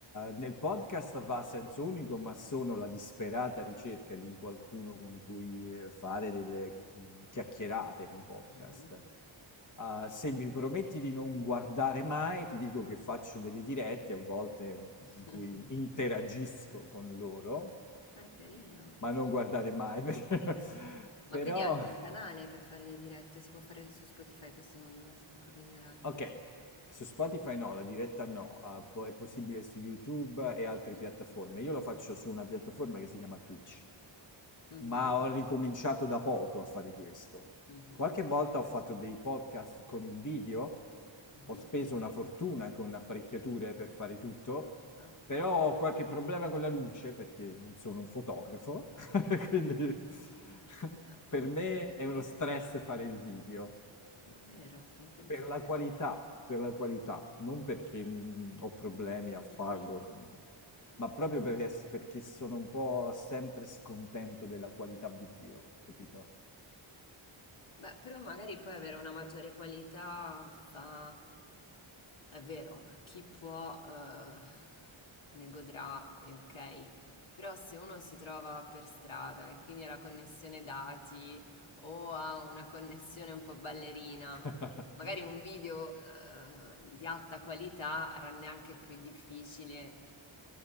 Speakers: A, on the left; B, on the left.
A: nel podcast va a senso unico, ma sono la disperata ricerca di qualcuno con cui eh, fare delle mh, chiacchierate nei podcast.
B: Mhm.
A: Eh, se mi prometti di non guardare mai, ti dico che faccio delle dirette a volte
B: <laughs>
A: mh, in cui interagisco con loro,
B: Ah, è carino.
A: ma non guardare mai, <laughs> perché-
B: Ma
A: però.
B: quindi è anche un canale per fare le dirette, o si può fare su Spotify? Questo non sono proprio ignorante.
A: Ok, su Spotify no, la diretta no, eh, po- è possibile su YouTube e altre
B: Mm.
A: piattaforme. Io la faccio su una piattaforma che si chiama Twitch,
B: Mhm,
A: ma ho ricominciato da poco a fare questo.
B: mhm,
A: Qualche volta ho fatto dei podcast con il video,
B: mhm.
A: ho speso una fortuna con apparecchiature per fare tutto,
B: Ah,
A: però ho qualche problema con la luce perché non sono un fotografo,
B: mhm.
A: <laughs> quindi <laughs>
B: Eh,
A: per me è uno stress fare il video.
B: davvero, non pensavo.
A: Per la qualità, per la qualità, non perché mm, ho problemi a farlo,
B: Mhm.
A: mm, ma proprio perché, perché sono un po' sempre scontento della qualità video, capito?
B: Beh, però magari poi avere una maggiore qualità fa È vero, chi può eh, ne godrà, e ok, però se uno si trova per strada e quindi ha la connessione dati o ha una connessione un po' ballerina,
A: <laughs>
B: magari un video eh, di alta qualità rende anche più difficile